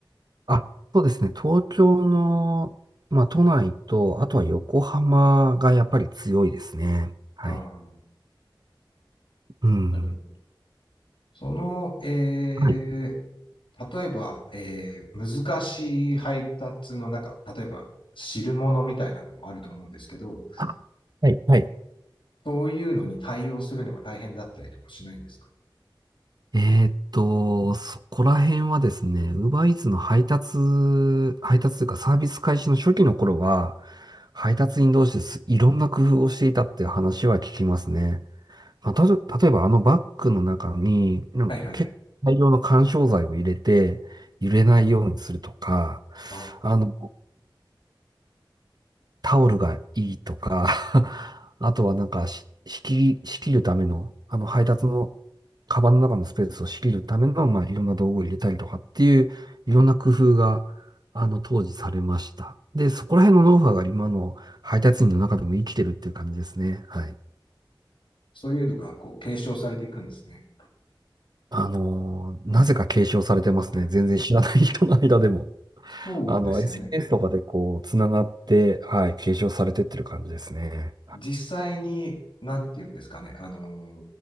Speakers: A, on the right; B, on the left.
A: あ、そうですね。東京の、まあ、都内と、あとは横浜がやっぱり強いですね。はい。
B: あー
A: うん。
B: なるほど。その、えー
A: はい。
B: 例えば、えー難しい配達の中、例えば汁物みたいなのもあると思うんですけど、
A: あはい、はい。
B: そういうのに対応するのが大変だったりとかしないんですか
A: えーっと、そこら辺はですね、UberEats の配達、配達というかサービス開始の初期の頃は、配達員同士です。いろんな工夫をしていたっていう話は聞きますね。まあ、たと例えばあのバッグの中に、なんか結構大量の緩衝材を入れて、
B: はいはい。
A: 揺れないようにするとか、
B: あ
A: あの、タオルがいいとか、<laughs> あとはなんかし、仕切り、仕切るための、あの配達の、カバンの中のスペースを仕切るための、まあ、いろんな道具を入れたりとかっていう、いろんな工夫が、あの、当時されました。で、そこら辺のノウハウが今の配達員の中でも生きてるっていう感じですね。はい。
B: そういうのがこう継承されていくんですね。
A: あのーなぜか継承されてますね。
B: ね
A: 全然知らない人の間でも。
B: そうですよね。
A: あの、SNS とかでこう、つながって、はい、継承されてってる感じですね。
B: 実際に、なんていうんですかね、あの、